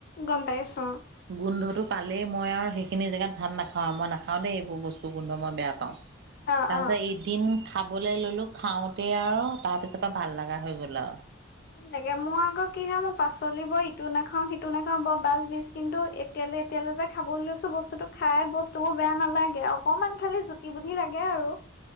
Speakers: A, on the left; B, on the right.
A: গম পাইছো
B: গোন্ধটো পালেই। মই আৰু সেইখিনি জেগাত ভাত নাখাও আৰু মই নাখাও দেই এইবোৰ বস্তু গোন্ধ মই বেয়া পাওঁ।
A: অ
B: তাৰ
A: অ
B: পাছত এদিন। খাবলৈ ল'লোঁ খাওঁ। তে আৰু তাৰ পিছত পৰা ভাল লগা হৈ গ'ল আৰু।
A: ভাল লাগে মোৰ আকৌ কি হয়ে মই পাচলি বৰ ইটো নাখাওঁ। সিটো নাখাও বৰ বাছ বিজ কিন্তু এতিয়ালৈ এতিয়ালৈ যে খাব লৈছো। বস্তুটো খাই বস্তু বোৰ বেয়া নালাগে অকনমান খালি জুতি বুদ্ধি লাগে আৰু।